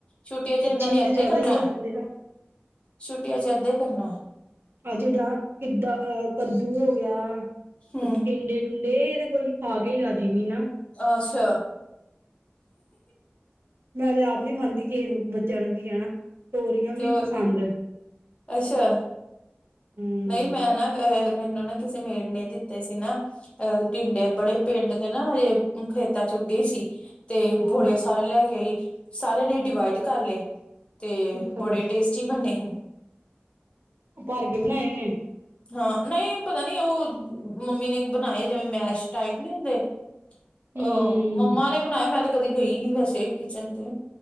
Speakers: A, on the left; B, on the right.
A: ਛੁੱਟੀਆਂ ਚ
B: ਬੱਚੇ
A: ਇਹਨਾਂ ਨੇ ਐੱਧੇ
B: ਤੇ ਜ਼ਿਆਦਾ
A: ਕਰਨਾ
B: ਹੀ ਹੋ ਜਾਂਦੇ ਆ
A: ਛੁੱਟੀਆਂ ਚ ਏਧੇ ਕਰਨਾ
B: ਆ ਜਿਦਾਂ ਕਿਦ ਅਹ ਕੱਦੂ ਹੋ ਗਿਆ
A: ਹੂੰ,
B: ਟਿੰਡੇ ਡੁੰਡੇ ਏ ਤੇ ਕੋਈ ਖਾ ਕੇਈ ਰਾਜੀ ਨੀ ਨਾ
A: ਅੱਛਾ
B: ਮੈਂ ਤੇ ਆਪ ਨੀ ਖਾਂਦੀ ਕਿਸੇ ਨੂੰ ਬੱਚਿਆਂ ਨੂੰ ਕੀ ਕਹਿਣਾ ਤੋਰੀਆਂ ਵੀ
A: ਤੇ
B: ਨਹੀਂ
A: ਹੋਰ
B: ਪਸੰਦ
A: ਕੀ ਅੱਛਾ
B: ਹੂੰ
A: ਨਹੀਂ ਮੈਂ ਨਾ ਮੈਨੂੰ ਨਾ ਕਿਸੇ ਮੇੜ ਨੇ ਦਿੱਤੇ ਸੀ ਨਾ ਅਹ ਟਿੰਡੇ ਬੜੇ ਪਿੰਡ ਤੇ ਨਾ ਖੇਤਾਾਂ ਚ ਉ ਗੇ ਈ ਸੀ ਤੇ
B: ਹੂੰ
A: ਬੜੇ ਸਾਰੇ ਲੈ ਕੇ ਆਈ ਸਾਰਿਆਂ ਨੇ ਡਿਵਾਈਡ ਕਰ ਲਏ ਅਤੇ
B: ਅੱਛਾ
A: ਬੜੇ ਟੇਸਟੀ ਬਣੇ ਸੀ
B: ਭਰ ਕੇ ਬਣਾਏ ਉਹਨੇ
A: ਹਾਂ ਨਹੀਂ ਪਤਾ ਨੀ ਉਹ ਮੰਮੀ ਨੇ ਬਣਾਏ ਜਿਵੇਂ ਮੈਸ਼ ਟਾਈਪ ਨਹੀਂ ਹੁੰਦੇ
B: ਹੂੰ
A: ਅਹ ਮੰਮਾ ਨੇ ਬਣਾਏ ਮੈਂ ਤੇ ਕਦੀ ਗਈ ਨੀ ਵੈਸੇ ਕਿਚਨ ਤੇ